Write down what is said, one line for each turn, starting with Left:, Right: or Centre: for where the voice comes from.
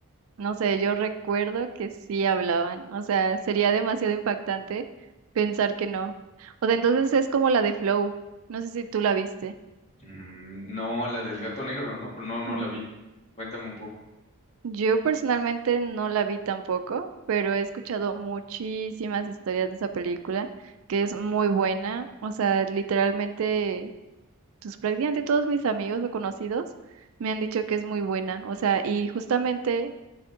Right: no sé, yo recuerdo que sí hablaban. O sea, sería demasiado impactante pensar que no. O sea, entonces es como la de Flow. No sé si tú la viste.
Left: Mm, no, la del gato negro, ¿no? Pero no, no
Right: Ujú.
Left: la vi. Cuéntame un poco.
Right: Yo personalmente no la vi tampoco, pero he escuchado muchísimas historias de esa película, que es muy buena. O sea, literalmente, pues prácticamente todos mis amigos o conocidos me han dicho que es muy buena. O sea, y justamente